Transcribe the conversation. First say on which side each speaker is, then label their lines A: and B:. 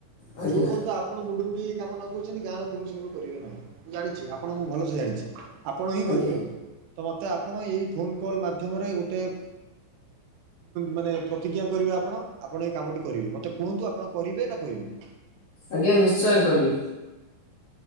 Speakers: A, on the left; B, on the right.
A: ଆଜ୍ଞା
B: ଯୋଉ ପର୍ଯ୍ୟନ୍ତ ଆପଣ ମୁଣ୍ଡ ନେଇ ଏ କାମ ନ କରିଛନ୍ତି ଗାଁର କୌଣସି କରିବେ ନାହିଁ। ଜାଣିଛି, ଆପଣ ମୁଁ ଭଲସେ ଜାଣିଛି ଆପଣ ହିଁ
A: ଆଜ୍ଞା
B: କରିପାରିବେ ତ ମୋତେ ଆପଣ ଏଇ ଫୋନ୍ କଲ୍ ମାଧ୍ୟମରେ ଗୋଟେ, ମାନେ ପ୍ରତିଜ୍ଞା କରିବେ ଆପଣ। ଆପଣ ଏ କାମଟି କରିବେ ମତେ କୁହନ୍ତୁ ଆପଣ କରିବେ ନା କରିବେନି।
A: ଆଜ୍ଞା ନିଶ୍ଚୟ କରିବି।